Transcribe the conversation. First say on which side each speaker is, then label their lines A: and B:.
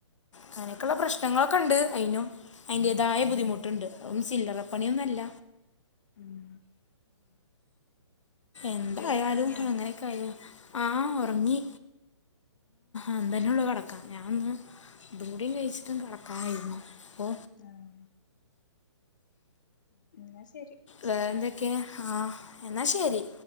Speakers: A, on the left; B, on the left.
A: അങ്ങനെയൊക്കെയുള്ള പ്രശ്നങ്ങളൊക്കെ ഉണ്ട് അയിനും അതിന്റേതായ
B: ഉം
A: ബുദ്ധിമുട്ടുണ്ട് ചില്ലറ പണിയൊന്നുല്ല
B: ഉം
A: എന്തായാലും
B: ട്ടികളെയൊക്കെ ഉറങ്ങിയോ
A: അങ്ങനെയൊക്കെ ആയ ആ ഉറങ്ങി അന്തന്നെ ഉള്ളൂ കിടക്കാം ഞാനൊന്ന് അതും കൂടും കഴിച്ചിട്ടും കിടക്കാനായിരുന്നു അപ്പൊ
B: ആഹ് എന്നാ ശരി
A: വേറെന്തൊക്കെ ആ എന്ന ശെരി